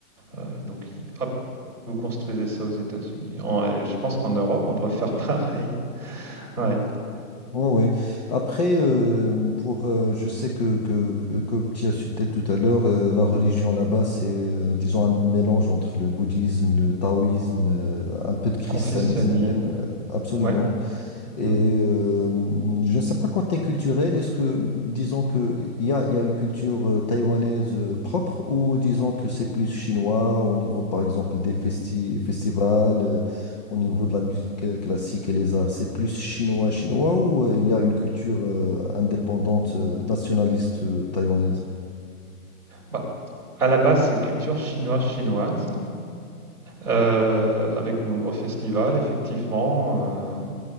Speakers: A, in the centre; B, on the left (about 30°).
A: Euh, donc, ils- hop, vous construisez ça aux États-Unis. En- euh, je pense qu'en Europe, on devrait faire <laughs> pareil. Ouais,
B: Oui, oui. Après, euh, pour, euh, je sais que, que, que, que tu as cité tout à l'heure, euh, la religion là-bas, c'est, euh, disons, un mélange entre le bouddhisme, le taoïsme, euh, un peu de christianisme
A: confessionnalisme.
B: même, euh, absolument.
A: Ouais.
B: Et
A: Mm.
B: euh, je ne sais pas quand tu culturel, est-ce que, disons que il y a, il y a une culture euh, taïwanaise euh, propre ou disons que c'est plus chinois au niveau, par exemple, des festi- festivals, euh, au niveau de la musique euh, classique et les arts, c'est plus chinois, chinois ou euh, il y a une culture euh, indépendante, euh, nationaliste euh, taïwanaise?
A: Bah, à la base, c'est culture chinoise chinoise. Euh, avec de nombreux festivals, effectivement, euh,